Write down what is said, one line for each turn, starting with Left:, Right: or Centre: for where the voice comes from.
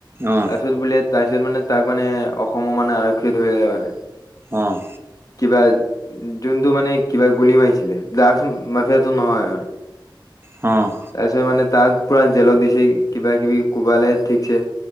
Right: অ
Left: তাৰ পিছত বোলে তাৰপিছত মানে তাক মানে অসমৰ মানে আৰক্ষীয়ে ধৰিলে মানে
Right: অহ'
Left: কিবা যোনটো মানে কিবা গূলি মাৰিছিলে, ড্ৰাগ মাফিয়টো নহয় মানে
Right: অহ'
Left: তাৰপিছত মানে তাক পোৰা জেলত দিছে কিবা কিবি কোবালে ঠিকছে